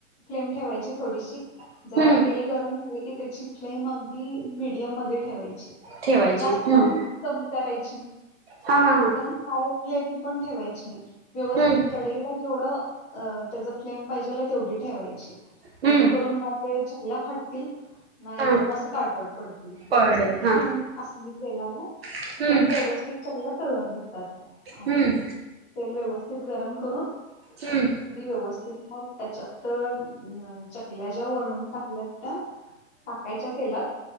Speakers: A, on the left (about 15°); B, on the right (about 45°).
A: फ्लेम ठेवायची थोडीशी
B: हम्म
A: जरा तेल गरम झाले की त्याची फ्लेम आग... ती मिडियम मध्ये ठेवायचि
B: ठेवायची
A: जास्त
B: हम्म
A: पन कमी कराय...
B: हा हा
A: एकदम
B: हा
A: हाय फ्लेम पण ठेवायची नही. व्यवस्थित
B: हम्म
A: कडेला जेवढं... अ त्याचा फ्लेम पाहिजेल तेवढी ठेवायची
B: हम्म
A: जेणेकरून आपल्या चकल्या फाटतील.. नाही
B: हा
A: एकदम अस काळपट पडते व्यवस्थित
B: पर डे हा
A: फ्लेम असली तेलाला..
B: हम्म
A: तर व्यवस्थित चकल्या तळून निघतात. आणि
B: हम्म.
A: तेल व्यवस्थित गरम करून.
B: हम्म
A: अगदी व्यवस्थित मग त्याच्यात त चकल्या ज्या वळून टाकल्यात त्या. टाकायच्या तेलात.